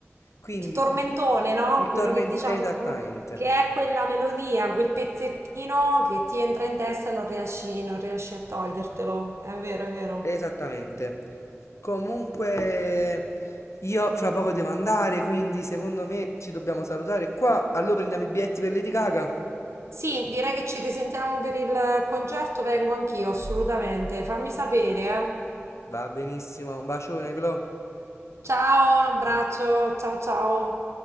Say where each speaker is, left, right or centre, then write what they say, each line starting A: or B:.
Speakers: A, on the left (about 80°); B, on the right (about 70°).
A: Quindi,
B: il tormentone, no?
A: il
B: Quello
A: tormento,
B: che diciamo,
A: esattamente.
B: il famo- che è quella melodia, quel pezzettino che ti entra in testa e non riesci, non riesci a togliertelo. È vero, è vero.
A: Esattamente. Comunque, io fra poco devo andare, quindi secondo me ci dobbiamo salutare qua. Allora prendiamo i biglietti per Lady Gaga.
B: Sì, direi che ci risentiamo per il concerto, vengo anch'io, assolutamente. Fammi sapere, eh.
A: Va benissimo, un bacione, Clo.
B: Ciao, un abbraccio, ciao ciao.